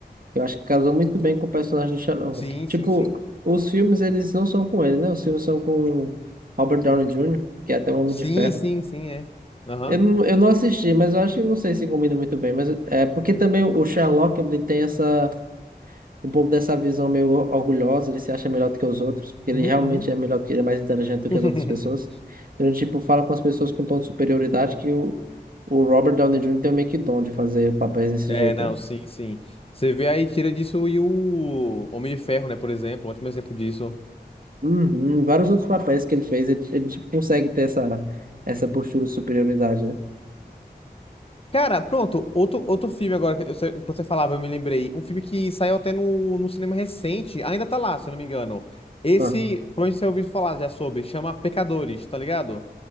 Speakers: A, on the right; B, on the left.
A: Eu acho que casou muito bem com o personagem do Sherlock.
B: Sim, sim,
A: Tipo,
B: sim.
A: os filmes, eles não são com ele, né? Os filmes são com Robert Downey Jr., que é até o Homem
B: Sim,
A: de Ferro.
B: sim, sim, é. Aham.
A: Eu não, eu não assisti, mas eu acho que não sei se combina muito bem. Mas é porque também o Sherlock, ele tem essa, um pouco dessa visão meio orgulhosa, ele se acha melhor do que os outros, porque ele
B: Uhum,
A: realmente
B: uhum.
A: é melhor, do que ele é mais inteligente do
B: <laughs>
A: que as outras pessoas. Então ele, tipo, fala com as pessoas com um tom de superioridade que o, o Robert Downey Jr. tem meio que dom de fazer papéis desse
B: É,
A: jeito,
B: não,
A: né?
B: sim, sim. Você vê aí, tira disso e o Homem de Ferro, né, por exemplo, ótimo exemplo disso.
A: Uhum, vários outros papéis que ele fez, ele, ele tipo, consegue ter essa, essa postura de superioridade, né?
B: Cara, pronto, outro, outro filme agora, que eu sei- quando você falava, eu me lembrei. Um filme que saiu até no, no cinema recente, ainda tá lá, se eu não me engano. Esse,
A: Ah.
B: provavelmente você ouviu falar já sobre, chama Pecadores, tá ligado?